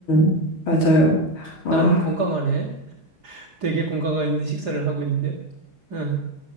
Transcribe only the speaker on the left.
음, 맞아요. 아,